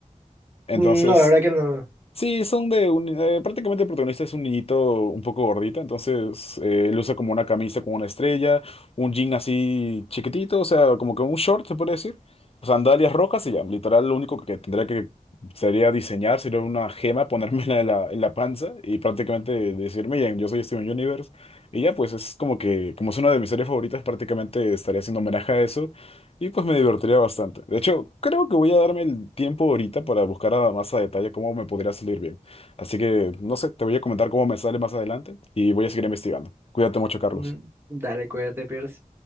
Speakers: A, on the left; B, on the right.
A: Sí. Entonces,
B: Mm, No, la verdad que no.
A: Sí, son de un, eh, prácticamente el protagonista es un niñito un poco gordito, entonces eh, él usa como una camisa con una estrella, un jean así chiquitito, o sea, como que un short se puede decir, sandalias rojas y ya, literal lo único que tendría que sería diseñar, sería una gema, ponérmela en la, en la panza y prácticamente decirme, miren, yo soy este Steven Universe y ya pues es como que, como es una de mis series favoritas, prácticamente estaría haciendo homenaje a eso y pues me divertiría bastante. De hecho, creo que voy a darme el tiempo ahorita para buscar a más a detalle cómo me podría salir bien. Así que, no sé, te voy a comentar cómo me sale más adelante y voy a seguir investigando. Cuídate mucho, Carlos.
B: Mm, Dale, cuídate, Pierce.